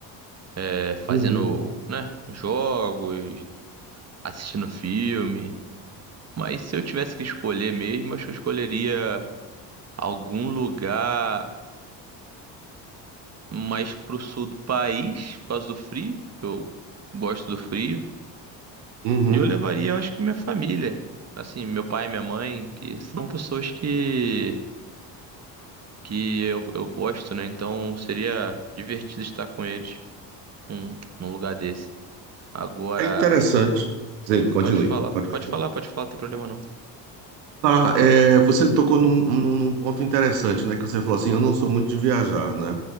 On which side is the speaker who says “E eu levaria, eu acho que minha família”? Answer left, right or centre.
Right